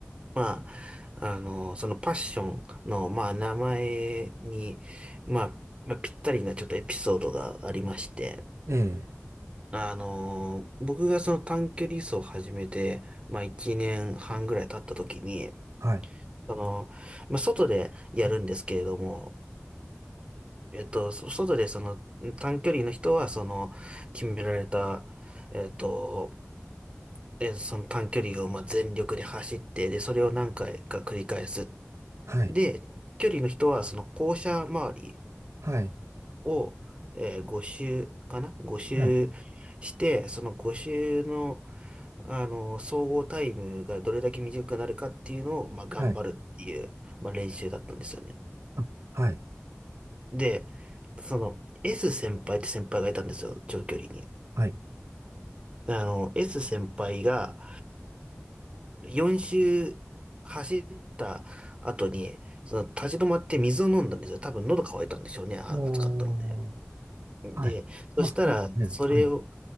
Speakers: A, on the right (about 25°); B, on the right (about 80°).
A: まあ、あの、そのパッションの、まあ、名前に、まあ、まあ、ぴったりなちょっとエピソードがありまして、
B: え、ええ。
A: あの、僕がその短距離走を始めて、まあ、1年半ぐらい経った時に、
B: はい。
A: その、まあ、外でやるんですけれども、えっと、そ外でその短距離の人は、その、決められた、えっと、えその短距離をまあ全力で走って、で、それを何回か繰り返す。
B: はい。
A: で、距離の人は、その校舎周り
B: はい。
A: を、えー、5周かな ?5 周して、
B: はい。
A: その5周の、あの、総合タイムがどれだけ短くなるかっていうのを、まあ、頑張るっていう、
B: はい。
A: まあ、練習だったんですよね。
B: あ、はい。
A: で、その、S 先輩って先輩がいたんですよ、長距離に。
B: はい。
A: あの、S 先輩が4周走った後に、その立ち止まって水を飲んだんですよ。多分喉乾いたんでしょうね、あ暑かったので。
B: おー。
A: で、
B: はい。
A: そしたら、
B: まあ、普通ですね。
A: それを
B: はい。